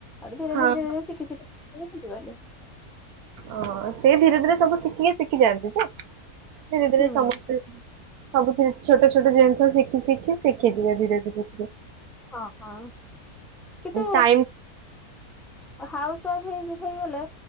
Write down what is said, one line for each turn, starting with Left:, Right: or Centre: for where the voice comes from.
Centre: ଆଉ ଧୀରେ
Right: ହଁ
Centre: ଧୀରେ ଶିଖିଯିବେ ହେଟୁ ଶିଖିଗଲେ।
Right: ଓ ସେ ଧୀରେ ଧୀରେ ସବୁ ଶିଖିକି ଶିଖି ଯାଆନ୍ତି ଯେ ଧୀରେ ଧୀରେ
Centre: ହୁଁ।
Right: ସମସ୍ତ ସବୁଥିରେ ଛୋଟ ଛୋଟ ଜିନିଷ ଶିଖି ଶିଖି ଶିଖିଯିବାେ ଧୀରେ ଧୀରେ ଧୀରେ ହେଥିରେ।
Centre: ଓ ହୋ କିନ୍ତୁ
Right: ଟାଇମ୍
Centre: ହାଉସ୍ ୱାଇଫ ହେଇ ହେଇଗଲେ